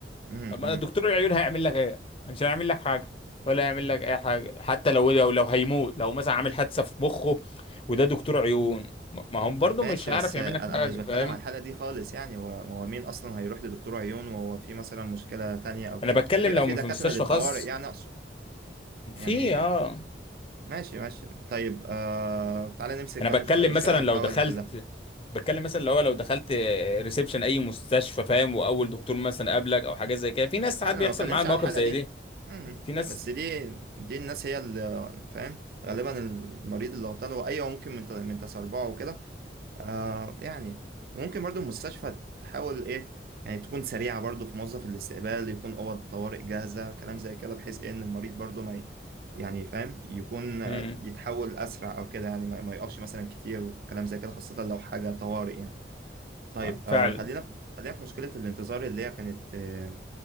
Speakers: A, on the right (about 55°); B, on the left (about 30°).
A: أمم،
B: أما
A: أمم.
B: دكتور العيون هيعمل لك ايه مش هيعمل لك حاجه ولا هيعمل لك اي حاجه حتى لو لو لو هيموت لو مثلا عامل حادثه في مخه وده دكتور عيون ما ما هم برضه
A: ماشي
B: مش هيعرف
A: بس
B: يعمل
A: انا
B: لك حاجه
A: أنا مش بتكلم
B: فاهم
A: على الحالة دي خالص يعني هو هو مين اصلا هيروح لدكتور عيون وهو في مثلا مشكلة تانية او كده
B: انا بتكلم
A: بيبقى
B: لو
A: في دكاترة
B: في مستشفى
A: للطوارئ
B: خاص
A: يعني اقصد يعني
B: في اه
A: ماشي ماشي طيب آه تعالى نمسك
B: انا
A: بقى مشكلة
B: بتكلم
A: مشكلة
B: مثلا
A: ونحاول
B: لو دخلت
A: نحلها
B: بتكلم مثلا لو لو دخلت ريسبشن اي مستشفى فاهم واول دكتور مثلا قابلك او حاجه زي كده في
A: لا
B: ناس ساعات
A: انا
B: بيحصل
A: ما بتكلمش
B: معاها المواقف
A: على الحالة
B: زي
A: دي
B: دي
A: أمم.
B: في ناس
A: بس دي دي الناس هي اللي فاهم غالبا المريض اللي غلطان هو ايوه ممكن من ت- من تسربعه وكده آه يعني ممكن برضو المستشفى تحاول ايه يعني تكون سريعة برضو في موظف الاستقبال يكون أوض طوارئ جاهزة كلام زي كده بحيث ايه ان المريض برضو ما ي- يعني فاهم يكون آه،
B: مم.
A: يتحول أسرع أو كده يعني ما ما يقفش مثلا كتير وكلام زي كده خاصة لو حاجة طوارئ يعني طيب
B: آه، فعلا
A: آه خلينا في خلينا في مشكلة الانتظار اللي هي كانت آه،